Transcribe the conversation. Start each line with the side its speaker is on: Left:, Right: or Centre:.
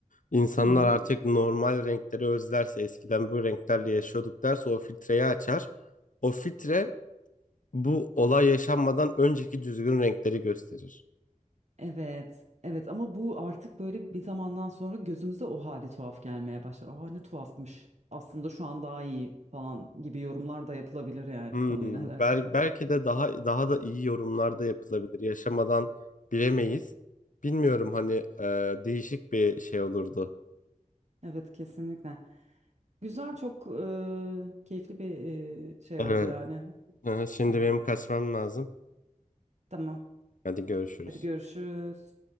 Left: İnsanlar
Right: Hı hı.
Left: artık normal renkleri özlerse eskiden bu renklerle yaşıyorduk derse o filtreyi açar. O filtre bu olay yaşanmadan önceki düzgün renkleri gösterir.
Right: Evet, evet ama bu artık böyle bir zamandan sonra gözümüze o hali tuhaf gelmeye başlar. Aa ne tuhafmış. Aslında şu an daha iyi falan gibi yorumlar da yapılabilir yani
Left: Hmm,
Right: konuyla <laughs> alakalı.
Left: bel- belki de daha daha da iyi yorumlar da yapılabilir. Yaşamadan bilemeyiz. Bilmiyorum hani e, değişik bir şey olurdu.
Right: Evet kesinlikle. Güzel çok e, keyifli bir e, şey
Left: Evet.
Right: oldu yani.
Left: Hı hı, Şimdi
Right: E,
Left: benim kaçmam lazım.
Right: tamam.
Left: Hadi görüşürüz.
Right: Hadi görüşürüz.